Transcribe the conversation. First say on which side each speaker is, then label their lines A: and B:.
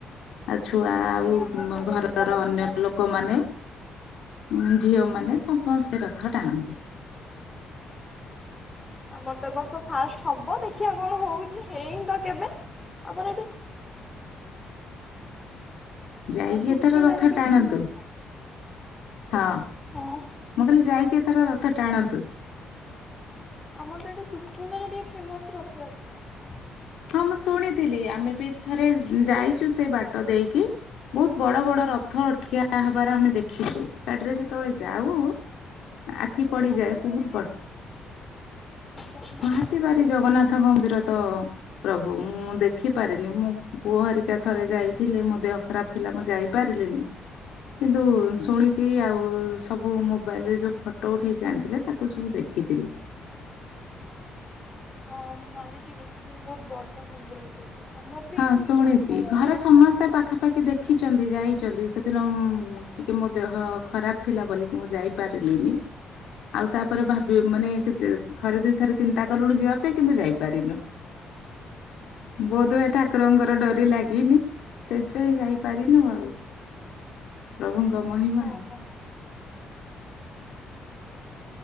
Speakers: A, on the left (about 75°); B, on the left (about 20°).
A: ଆଉ ଛୁଆ
B: ନାଇଁ
A: ଆଉ
B: ଆମର ତ ଏ
A: ଘରର
B: ବର୍ଷ ଗାଁରେ
A: ଅନ୍ୟ
B: ଫାଷ୍ଟ
A: ଲୋକମାନେ ଉଁ ଝିଅମାନେ ସମସ୍ତେ ରଥ ଟାଣନ୍ତି।
B: ଆମର ତ ଏ ବର୍ଷ ଫାଷ୍ଟ ହବ ଦେଖିବା କଣ ହଉଛି ହେଇନି ତ କେବେ ଆମର ଏଠି।
A: ଯାଇକି
B: ଅ ସୁକିନ୍ଦାରେ
A: ଏଥର ରଥ
B: ଟିକେ
A: ଟାଣନ୍ତୁ
B: ଫେମସ୍
A: ହଁ
B: ଆଜ୍ଞା ହଁ।
A: ମୁଁ କହିଲି ଯାଇକି ଏଥର ରଥ ଟାଣନ୍ତୁ।
B: ଆମର ତ ଏଠି ସୁକିନ୍ଦାରେ ଟିକେ ଫେମସ ରଥଯାତ୍ରାଟା।
A: ହଁ ମୁଁ ଶୁଣିଥିଲି ଆମେ ବି ଥରେ ଯାଇଛୁ ସେଇ ବାଟ ଦେଇକି। ବହୁତ୍ ବଡ ବଡ ରଥ ଠିଆ ହବାର ଆମେ ଦେଖିଛୁ। ଗାଡିରେ ଯେତେବେଳେ ଯାଉ ଆଖି
B: ତାପରେ
A: ପଡିଯାଏ
B: ହାତୀବାରିରେ
A: ବହୁତ୍ ବଡ।
B: ଯୋଉ ଜଗନ୍ନାଥ
A: ହଁ ହାତୀବାରି
B: ମନ୍ଦିର
A: ଜଗନ୍ନାଥଙ୍କ
B: ସେଠି
A: ମନ୍ଦିର ତ ପ୍ରଭୁ ମୁଁ ଦେଖିପାରିନି ମୋ ପୁଅ ହରିକା ଥରେ ଯାଇଥିଲେ ମୋ ଦେହ ଖରାପ ଥିଲା ମୁଁ ଯାଇପାରିଲିନି। କିନ୍ତୁ ଶୁଣିଛି ଆଉ ସବୁ ମୋବାଇଲରେ ଯୋଉ ଫଟୋ ଫଟୋ ଉଠେଇକି ଆଣିଥିଲେ ତାକୁ ସବୁ ଦେଖିଥିଲି।
B: ହଁ ମାରିକି ଦେଖିବେ ବହୁତ ବଡ ମନ୍ଦିର ସେ ସେ ପୁରା ଆମର ବି
A: ହଁ
B: ଏଠି
A: ଶୁଣିଛି
B: ଆମ
A: ଘରେ ସମସ୍ତେ ପାଖାପାଖି ଦେଖି ଖିଛନ୍ତି ଯାଇଛନ୍ତି ସେଦିନ ମ୍ ଟିକେ ମୋ ଦେହ ଖରାପ ଥିଲା ବୋଲିକି ମୁଁ ଯାଇପାରିଲିନି। ଆଉ ତାପରେ ଭାବି ମାନେ କିଛି ଥରେ ଦୁଇଥରେ ଚିନ୍ତା କଲୁଣି ଯିବା ପାଇଁ କିନ୍ତୁ ଯାଇପାରିନୁ। ବୋଧ୍ ହୁଏ। ଠାକୁରଙ୍କର ଡୋରି ଲାଗିନି ସେଥିପାଇଁ ଯାଇପାରିନୁ ଆଉ। ପ୍ରଭୁଙ୍କ ମହିମା।
B: ହଁ ହଁ